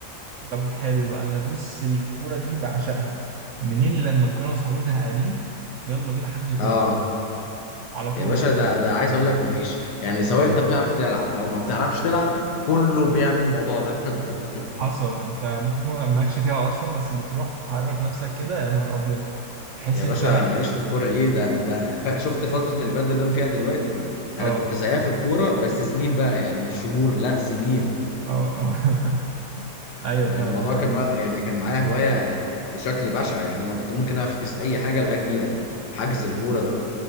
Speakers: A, on the right; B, on the left.
A: طب حلو بقى انا بص الكوره دي بعشقها منين لما نكون انا واصحابي زهقانين يلا بينا حجز كوره
B: اه
A: على طول
B: يا باشا ده ده عايز اقول لك مفيش يعني سواء انت بتعرف تلعب او ما بتعرفش تلعب كله بيعمل الموضوع ده <laughs>
A: حصل انت ممكن يكون مالكش فيها اصلا بس بتروح تحرك نفسك كده يا نهار ابيض تحس
B: يا
A: انت
B: باشا
A: رايح
B: ماليش في الكوره ايه ده ده ف- شفت فتره البادل اللي انا فيها دلوقتي دي
A: اه
B: انا كنت زيها في الكوره بس سنين بقى يعني مش شهور لا سنين
A: اه اه <laughs> ايوه
B: والموضوع
A: فاهمك بقى.
B: كان وا- يعني كان معايا هواية بشكل بشع يعني أنا كنت ممكن أفكس أي حاجة لأجل حجز الكورة ده